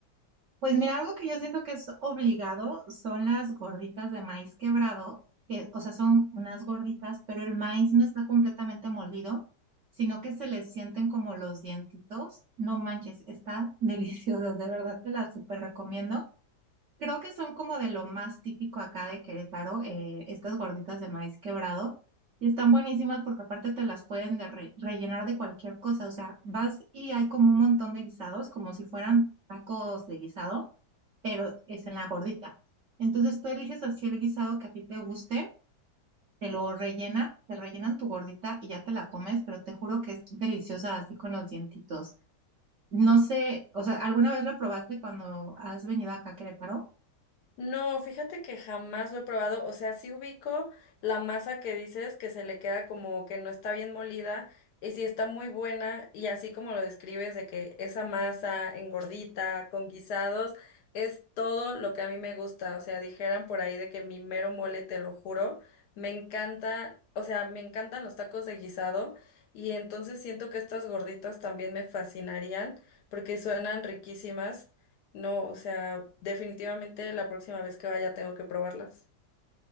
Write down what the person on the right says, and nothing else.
Pues mira, algo que yo siento que es obligado son las gorditas de maíz quebrado, que, o sea, son unas gorditas, pero el maíz no está completamente molido, sino que se le sienten como los dientitos. No manches, está <laughs> delicioso, de verdad te las súper recomiendo. Creo que son como de lo más típico acá de Querétaro, eh, estas gorditas de maíz quebrado. Y están buenísimas porque aparte te las pueden de re- rellenar de cualquier cosa. O sea, vas y hay como un montón de guisados, como si fueran tacos de guisado pero es en la gordita. Entonces tú eliges así el guisado que a ti te guste, te lo rellena, te rellenan tu gordita y ya te la comes, pero te juro que es deliciosa así con los dientitos. No sé, o sea, ¿alguna vez lo probaste cuando has venido acá a Querétaro?